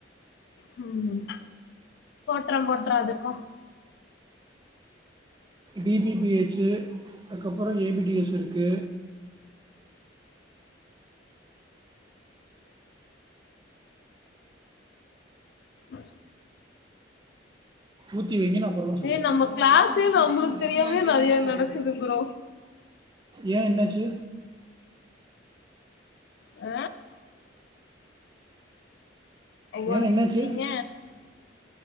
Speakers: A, on the left; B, on the right.
A: <unintelligible> ட்றம் போட்று அதுக்கு
B: டி பி பி ஹெச்சு அதுக்கப்புறோ ஏ பி டி எஸ் இருக்கு
A: ஆஹ
B: ஊத்தி வைங்க நா அப்பறமா சொல்றேன்
A: ஏ நம்ம
B: <unintelligible>
A: கிளாஸே நம்மளுக்கு தெரியாமே நெறைய
B: என்ன பண்றது
A: நடக்குது ப்ரோ
B: ஏ என்னாச்சு
A: அ ஒருச்சிங்க
B: ஏன் என்னாச்சு